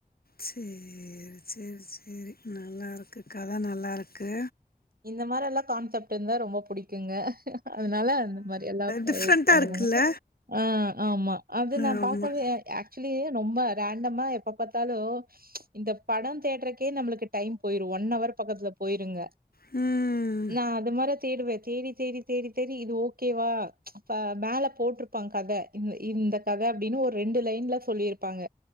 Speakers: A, on the left (about 80°); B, on the right (about 75°).
A: செரி செரி சேரி நல்லா இருக்கு கத நல்லா இருக்கு
B: இந்த மாரெல்லா கான்செப்ட் இருந்தா ரொம்ப புடிக்குங்க அதனால அந்த மாரி எல்லா பய
A: டிஃப்ரெண்ட்டாக
B: பண்ணுவோ
A: இருக்குல்ல
B: ஆ ஆமா அது நா
A: ஆமாம்
B: பாக்கவே ஆக் சுலி ரொம்ப ரேண்டமா எப்ப பாத்தாலு இந்த படொ தேட்றக்கே நம்மளுக்கு டைம் போய்ரு ஒன் ஹவர் பக்கத்துல போய்ருங்க
A: ம்
B: நா அதமாரி தேடுவ தேடி தேடி தேடி தேடி இது ஓகேவா அப்ப மேல போட்ருப்பாங் கத இந் இந்த கத அப்டின்னு ஒரு ரெண்டு லைன்ல சொல்லிர்ப்பாங்க